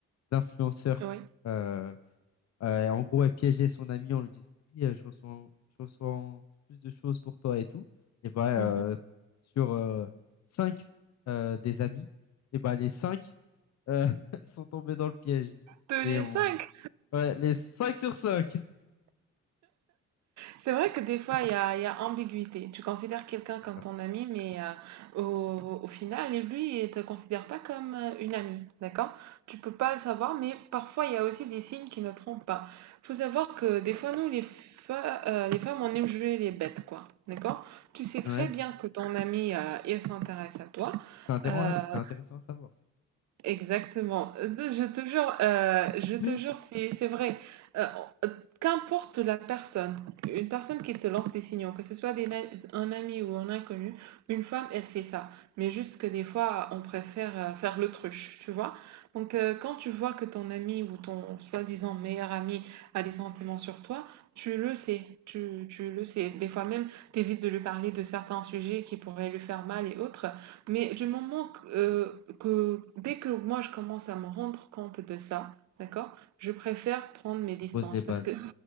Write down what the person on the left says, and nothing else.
influenceurs,
euh, euh, en gros, elle piégeait son ami en lui disant oui, euh, je reçois, je reçois plus de choses pour toi et tout. Et bah
euh, sur euh, cinq euh, des amis, et bah les cinq euh, <laughs> sont tombés dans le piège
et
on
ouais les cinq sur cinq.
C'est
ça.
Ouais,
c'est intéressant,
c'est intéressant à savoir ça.
<laughs>
Tu
poses les bases.